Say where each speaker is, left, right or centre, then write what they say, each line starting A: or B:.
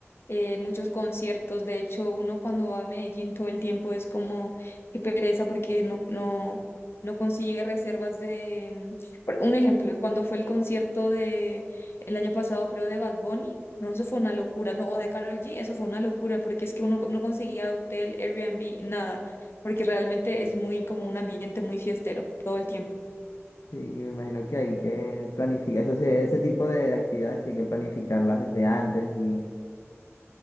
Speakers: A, on the left; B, on the left.
A: eh, muchos conciertos. De hecho, uno cuando va a Medellín todo el tiempo es como qué pereza porque no, no, no consigue reservas de... mm, por Un ejemplo, cuando fue el concierto de el año pasado, creo, de Bad Bunny, no, eso fue una locura. No, o de Karol G, eso fue una locura porque es que uno no conseguía hotel, Airbnb, nada, porque realmente es muy como un ambiente muy fiestero todo el tiempo.
B: Sí, y me imagino que hay que planificar, eso sí, ese tipo de actividades hay que planificarlas desde antes y